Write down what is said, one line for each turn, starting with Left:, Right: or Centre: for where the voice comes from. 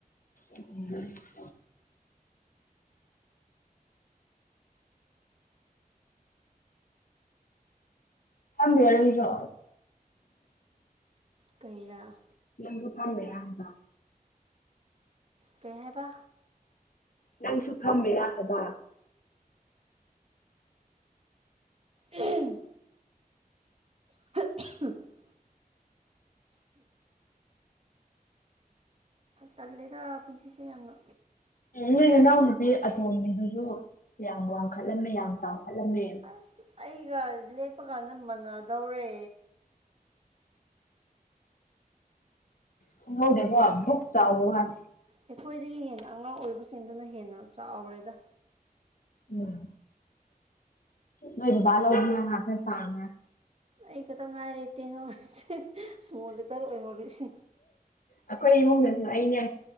Left: ꯎꯝ <inaudible> ꯐꯝꯗ꯭ꯔꯦ ꯑꯗꯨꯁꯨ
Right: ꯀꯩꯔꯥ
Left: ꯅꯪꯁꯨ ꯐꯝꯃꯤꯔꯥ ꯍꯥꯏꯕꯥ
Right: ꯀꯩ ꯍꯥꯏꯕ
Left: ꯅꯪꯁꯨ ꯐꯝꯃꯤꯔꯥ ꯍꯥꯏꯕ
Right: ꯎꯝ <inaudible> ꯇꯜꯂꯤꯗ ꯄꯨꯟꯁꯤꯁꯦ ꯌꯥꯝꯅ
Left: ꯅꯣꯏ ꯅꯥꯎ ꯅꯨꯄꯤ ꯑꯇꯣꯝꯕꯤꯗꯨꯖꯨ ꯌꯥꯝ ꯋꯥꯡꯈꯠꯂꯝꯃꯦ ꯌꯥꯝ ꯆꯥꯎꯈꯠꯂꯝꯃꯦ
Right: ꯑꯁ ꯑꯩꯒ ꯂꯦꯞꯄꯀꯥꯟꯗ ꯃꯥꯟꯅꯗꯧꯔꯦ
Left: ꯈꯪꯍꯧꯗꯦꯀꯣ ꯕꯨꯛ ꯆꯥꯎꯒꯤꯋꯥꯟ
Right: ꯑꯩꯈꯣꯏꯗꯒꯤ ꯍꯦꯟꯅ ꯑꯉꯥꯡ ꯑꯣꯏꯕꯁꯤꯡꯗꯨꯅ ꯍꯦꯟꯅ ꯆꯥꯎꯔꯦꯗ
Left: ꯎꯝ ꯅꯣꯏ ꯕꯕꯥ ꯂꯧꯗꯅꯥ ꯍꯥ ꯈꯔꯥ ꯁꯥꯡꯉꯦ
Right: ꯑꯩ ꯈꯛꯇ ꯉꯥꯏꯔꯦ ꯇꯦꯟ ꯍꯧꯔꯤꯁꯦ ꯁ꯭ꯃꯣꯜ ꯂꯦꯇꯔ ꯑꯣꯏꯍꯧꯔꯤꯁꯤ
Left: ꯑꯩꯈꯣꯏ ꯏꯃꯨꯡꯗꯁꯨ ꯑꯩꯅꯦ